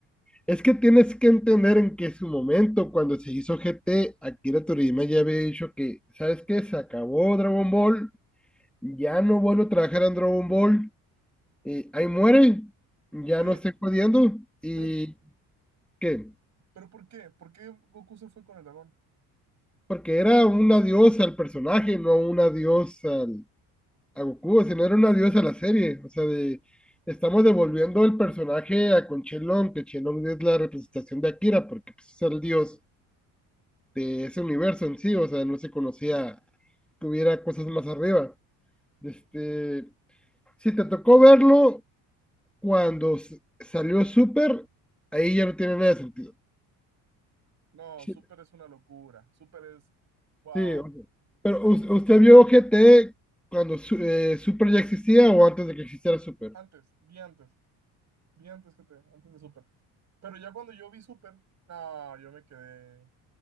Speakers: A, in the centre; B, on the right.
A: Es que tienes que entender en que su momento, cuando se hizo GT, Akira Toriyama ya había dicho que, ¿sabes qué? Se acabó Dragon Ball, ya no vuelvo a trabajar en Dragon Ball, eh, ahí muere, ya
B: Oye,
A: no estoy jodiendo, y
B: pero,
A: ¿qué?
B: pero ¿por qué? ¿Por qué Goku se fue con el dragón?
A: Porque era un adiós al personaje, no un adiós al, a Goku, sino era un adiós a la serie, o sea, de, estamos devolviendo el personaje a con Shenlong, que Shenlong es la representación de Akira, porque pues, es el dios de ese universo en sí, o sea, no se conocía que hubiera cosas más arriba. Este, si te tocó verlo cuando s- salió Super, ahí ya no tiene nada de sentido.
B: No,
A: Sí,
B: Super es una locura. Super es. Wow.
A: sí, o sea, pero us- usted vio g t cuando su- eh, Super ya existía o antes de que existiera Super.
B: Antes, vi antes, vi antes que te, antes de Super. Pero ya cuando yo vi Super, no, yo me quedé